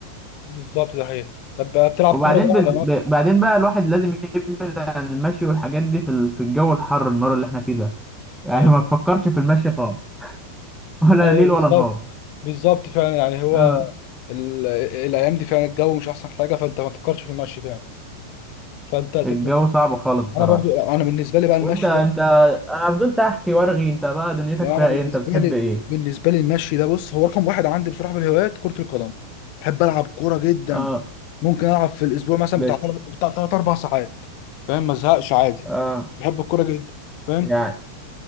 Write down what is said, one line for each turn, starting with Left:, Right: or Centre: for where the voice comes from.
Left: بالظبط ده حقيقي طب بتلعب
Centre: وبعدين
Left: كوره بقى
Centre: بز...
Left: ولا ما
Centre: ب... بعدين بقى الواحد لازم يبعد عن المشي والحاجات دي في ال- في الجو الحر النار اللي احنا فيه ده يعني
Left: ايوه
Centre: ما تفكرش في المشي خالص <laughs> ولا
Left: ايوه
Centre: ليل
Left: بالظبط
Centre: ولا نهار
Left: بالظبط فعلا يعني هو
Centre: آه.
Left: ال- الايام دي فعلا الجو مش احسن حاجه فانت ما تفكرش في المشي فعلا فانت ت-
Centre: الجو
Left: طب
Centre: صعب خالص بصراحه
Left: انا برضو انا بالنسبه لي بقى المشي
Centre: وانت انت
Left: ده
Centre: انا فضلت احكي وارغي انت بقى دنيتك
Left: انا
Centre: فيها
Left: بالنسبه
Centre: ايه انت بتحب
Left: لي
Centre: ايه
Left: بالنسبه لي المشي ده بص هو رقم واحد عندي بصراحه في الهوايات كره القدم بحب العب كوره جدا
Centre: اه
Left: ممكن العب في الاسبوع مثلا
Centre: بت...
Left: بتاع تلات- بتاع ثلاث اربع ساعات فاهم ما ازهقش عادي
Centre: اه
Left: بحب الكوره جدا فاهم
Centre: يعني